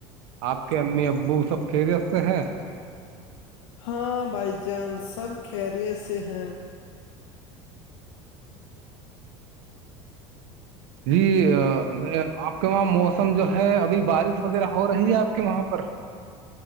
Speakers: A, on the right; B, on the left.
A: آپ کے امی ابو سب خیریت سے ہیں
B: ہاں بھائی جان سب خریت سے ہیں
A: جی میں آپ <unintelligible> وہاں موسم جو ہے ابھی بارش وغیرہ ہو رہی ہے آپ کے وہاں پر